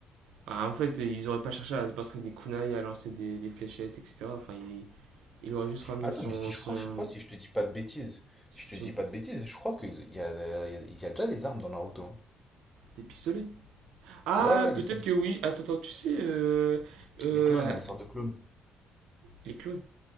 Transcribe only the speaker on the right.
Ah, en fait, ils auraient pas cherché à se battre avec des kunai, à lancer des, des fléchettes, etc. Enfin, il, il aurait juste ramené
son,
son,
son-
des pistolets. Ah,
peut-être
que oui. Attends, attends, tu sais, euh, euh,
les clones.